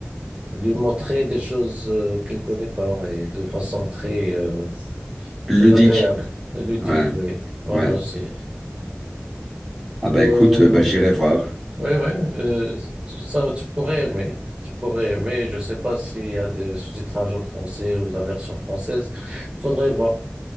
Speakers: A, on the right; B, in the centre.
A: lui montrer des choses euh, qu'elle connaît pas et de façon très euh,
B: Ludique.
A: très agréable, ludique,
B: Ouais,
A: oui. Voilà
B: ouais.
A: aussi.
B: Ah bah
A: Euh,
B: écoute, euh, bah j'irai voir.
A: oui, oui, euh, ça, tu pourrais aimer. Tu pourrais aimer. Je sais pas s'il y a des sous-titrages en français ou la version française. Faudrait voir.